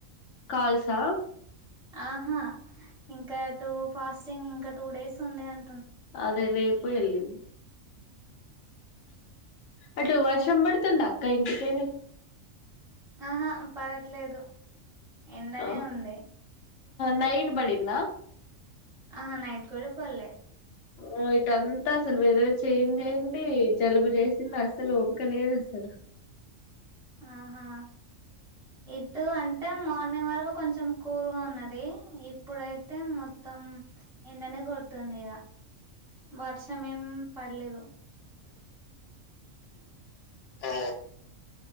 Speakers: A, on the left; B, in the centre.
A: కాల్ సా
B: ఆహా ఇంకా టూ ఫాస్టింగ్ ఇంకా టూ డేస్ ఉంది అం
A: అదే రేపు ఎల్లిండి
B: ఆ
A: అటు వర్షం పడుతుంది అక్క ఇంటికెళ్ళి
B: ఆహా పడట్లేదు ఎండనే
A: ఆ,
B: ఉంది
A: నైట్ బడింద
B: ఆహా నైట్ కూడా పడలే
A: ఓ ఇటంతా అసలు వేరే చేయి అయింది జలుబు చేసింది అసలు పకలిదు అసలు
B: ఆహా ఇటు అంటే మార్నింగ్ వరకు కొంచెం కూల్గా ఉన్నది ఇప్పుడైతే మొత్తం ఏండనే గోట్ తుంది ఇక వర్షం ఏం పడలేదు
A: ఆ